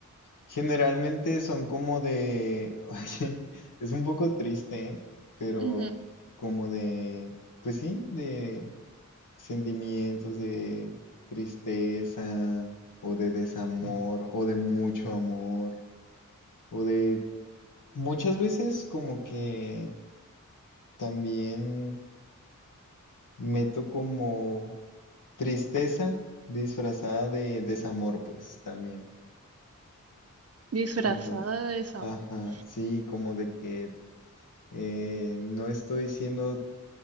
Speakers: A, on the left; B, on the right.
A: Generalmente son como de, <laughs> oye, es un poco triste, ¿eh? Pero
B: Ujú,
A: como de, pues sí, de sentimientos de tristeza o de desamor o de mucho amor o de muchas veces como que también Meto como tristeza disfrazada de desamor, pues también.
B: Disfrazada
A: Entonces,
B: de desamor.
A: ajá, sí, como de que eh, no estoy siendo